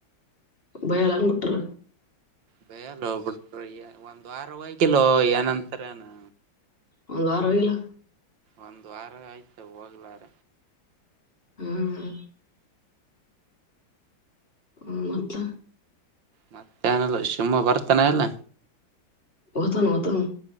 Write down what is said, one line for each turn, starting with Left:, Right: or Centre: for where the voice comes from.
Left: ಭಯಲ್ಲ ಅನ್್ಬಿಟ್ರ
Right: ಬಯಲ್ಲ ಹೋಗ್ಬಿಟ್ರಿ ಒಂದ್ ವಾರ ಹೋಯ್ಕಿಲ್ಲೋ ಏನಂತಾರ ಏನು
Left: ಒಂದು ವಾರವಾಗಿಲ್ಲ
Right: ಒಂದ್ ವಾರ ಆಯ್ತ ಹೋಗ್ಲಾರ
Left: ಹ್ಮ ಹ್ಮ ಮತ್ತ
Right: ಮತ್ತೆ ನಲ್ಲ ಶಿವಮೊ ಬರ್ತಾನ ಎಲ್ಲ
Left: ಹೊತನು ಹೊತ